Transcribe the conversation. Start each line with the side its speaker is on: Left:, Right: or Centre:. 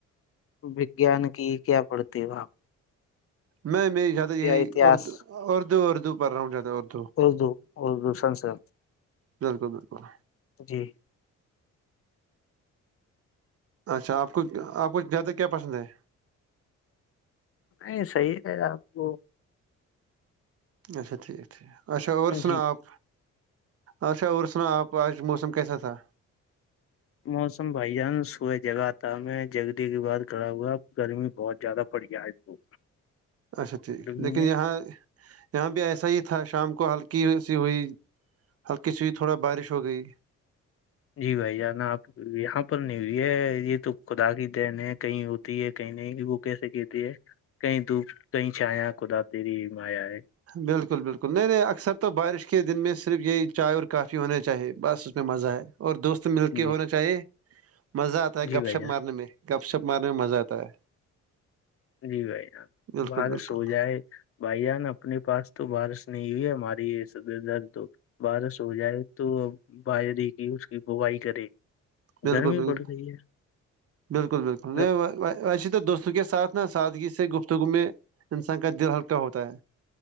Left: وجان کی کیا پڑتی ہے باپ
Right: میں میں زیادہ یہی
Left: اتہس
Right: اردو اردو اردو پڑ رہا ہوں زیادہ اردو
Left: ہ دو ہ دو سن سے
Right: بالکل بالکل
Left: جی
Right: اچھا آپ کو آپ کو زیادہ کیا پسند ہے
Left: نہیں صحیح ہے آپ کو
Right: اچا ٹھیک ٹھیک اچا اور سنا
Left: جی
Right: آپ اچھا اور سنا آپ آج موسم کیسا تھا
Left: موسم بھائی جان سبئے جگہ آ تھا میں جگی کے بعد کڑا ہوا گرمی بہت زیادہ پڑ جائے تو
Right: اچھا ٹھیک
Left: گرمی
Right: لیکن
Left: نے
Right: یہاں یہاں بھی ایسا ہی تھا شام کو ہلکی ای سی ہوئی ہلکی سی ہی تھوڑا بارش ہو گئی
Left: جی بھائی جانا آپ یہاں پر نہیں بھی ہے یہ تو خدا کی جن کہیں ہوتی ہے کہیں نہیں وہ کیسے کہتی ہے کہیں دھپ کہیں چایا کودا تری مایا ہے
Right: بالکل بالکل نہیں نہیں اکثر تو بارش کے دن میں صرف یہی چائے اور کافی ہونا چاہیے بس اسس میں مزہ ہے اور دوست مل
Left: جی
Right: کے ہونا چاہیے مزہ آتا ہے
Left: جی
Right: گپ
Left: بھائی
Right: شپ
Left: جان
Right: مارنے میں گپ شپ مارنے میں مزہ آتا ہے
Left: جی بھائی
Right: بالکل
Left: بار
Right: بالکل
Left: سو جائے بھائی جان اپنی پاس تو بارش نہیں ہوئی ہے ہماری سد تو بارش ہو جائے تو ا بائری کی اس کی بوائی کرے
Right: بالکل
Left: گرمی
Right: بالکل
Left: پڑ رہی ہے
Right: بالکل بالکل نہیں
Left: گ-
Right: ویسے تو دوستوں کے ساتھ نا سادگی سے گفتگو میں انسان کا دل ہلکا ہوتا ہے